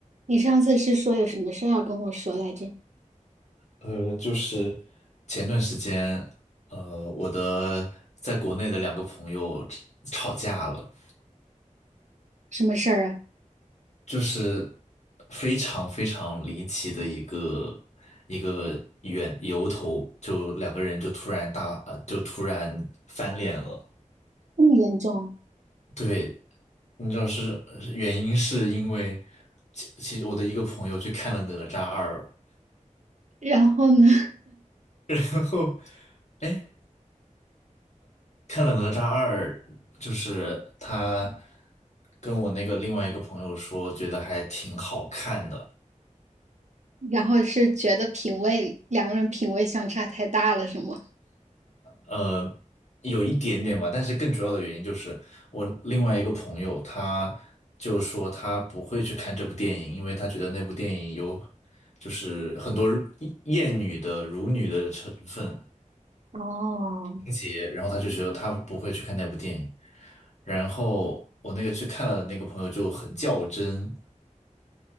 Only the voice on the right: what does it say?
你上次是说有什么事儿要跟我说来着？
什么事儿啊？
这么严重？
然后呢？
<laughs> 然后是觉得品味，两个人品味相差太大了，是吗？
哦，